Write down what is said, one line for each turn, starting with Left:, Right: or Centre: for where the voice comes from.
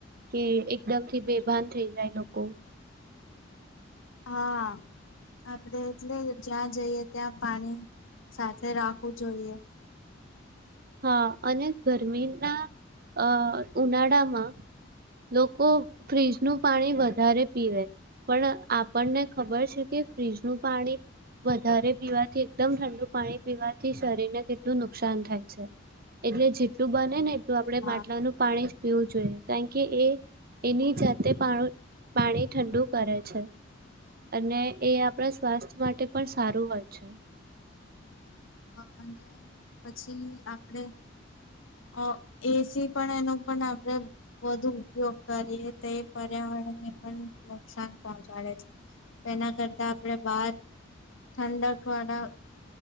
Right: કે એકદમથી બેભાન થઈ જાય લોકો
Left: હા આપડે એટલે જ્યાં જઈએ ત્યાં પાણી સાથે રાખવું જોઈએ.
Right: હા અને ગરમીના અ ઉનાળામાં લોકો ફ્રીજનું પાણી વધારે પીવે પણ આપણને ખબર છે કે ફ્રીજનું પાણી વધારે પીવાથી એકદમ ઠંડુ પાણી પીવાથી શરીરને કેટલું નુકસાન થાય. એટલે જેટલું બને ને આપણે
Left: હા
Right: માટલાનું પાણી પીવું જોઈએ કારણ કે એ એની જાતે પાણી ઠંડુ કરે છે અને એ આપણા સ્વાસ્થ્ય માટે પણ સારું વાત છે.
Left: હા અને. પછી આપડે. અ એસી પણ એનો પણ આપડે વધુ ઉપયોગ કરીએ તે પર્યાવરણ ને પણ નુકસાન પહોંચાડે છે. એના કરતા આપડે. બાર ઠંડક વાડા.